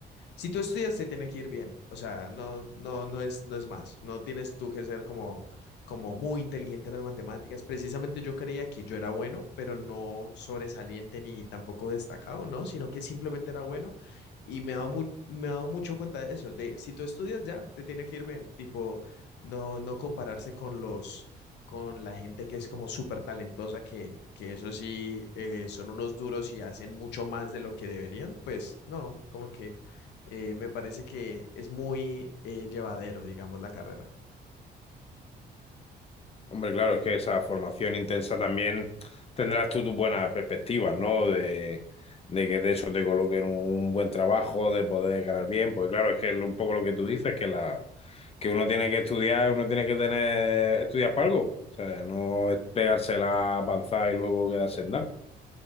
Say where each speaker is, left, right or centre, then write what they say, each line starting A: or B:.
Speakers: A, on the left (about 85°); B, on the left (about 35°).
A: si tú estudias te tiene que ir bien, o sea, no, no, no es, no es más, no tienes tú que ser como, como muy inteligente en las matemáticas, precisamente yo creía que yo era bueno, pero no sobresaliente ni tampoco destacado, ¿no? Sino que simplemente era bueno y me he dado, mu- me he dado mucho cuenta de eso, de si tú estudias ya, te tiene que ir bien, tipo, no, no compararse con los, con la gente que es como súper talentosa, que, que eso sí, eh, son unos duros y hacen mucho más de lo que deberían, pues no, como que eh, me parece que es muy eh, llevadero, digamos, la carrera.
B: Hombre, claro, es que esa formación intensa también tendrás tú tus buenas perspectivas, ¿no? De, de que de eso te coloquen un buen trabajo, de poder ganar bien, pues claro, es que es lo- un poco lo que tú dices, que la que uno tiene que estudiar, uno tiene que tener estudiar para algo, o sea, no es pegársela, avanzar y luego quedarse en nada,